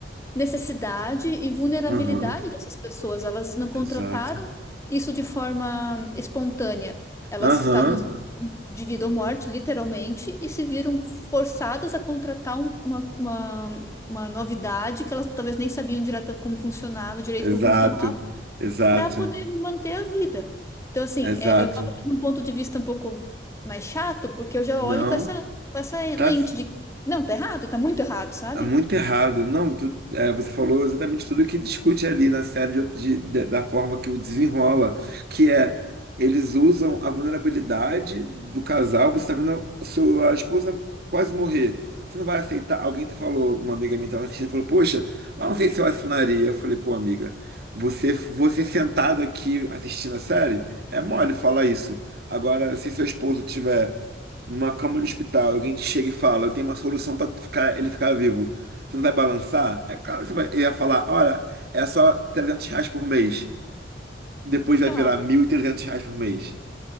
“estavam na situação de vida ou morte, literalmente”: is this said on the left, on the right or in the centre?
Left